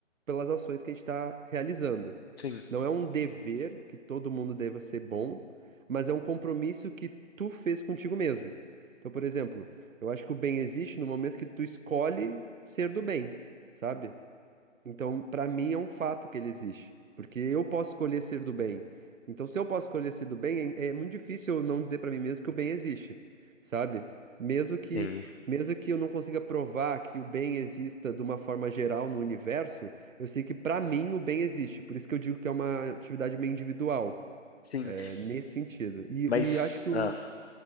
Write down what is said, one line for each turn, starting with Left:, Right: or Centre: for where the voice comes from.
Right: pelas ações que a gente está realizando.
Left: sim,
Right: Não é um dever que todo mundo deva ser bom, mas é um compromisso que tu fez contigo mesmo. Então, por exemplo. Eu acho que o bem existe no momento que tu escolhe ser do bem, sabe? Então, pra mim é um fato que ele existe, porque eu posso escolher ser do bem. Então, se eu posso escolher ser do bem, é, é muito difícil eu não dizer pra mim mesmo que o bem existe, sabe? Mesmo que,
Left: Sim.
Right: mesmo que eu não consiga provar que o bem exista de uma forma geral no universo, eu sei que pra mim o bem existe. Por isso que eu digo que é uma atividade meio individual,
Left: sim.
Right: é, nesse sentido. E,
Left: Mas,
Right: e acho que o.
Left: ah,